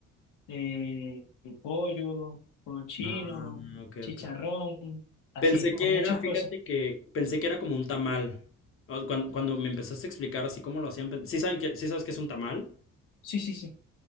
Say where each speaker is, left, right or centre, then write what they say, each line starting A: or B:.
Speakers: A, on the left; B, on the left.
A: eh, pollo, cochino,
B: Ah, ok,
A: chicharrón,
B: ok.
A: así,
B: Pensé que
A: con muchas
B: era, fíjate
A: cosas.
B: que pensé que era como un tamal. O- cuan- Cuando, me empezaste a explicar así cómo lo hacían, pen- sí saben que, sí sabes que es un tamal.
A: Sí, sí, sí.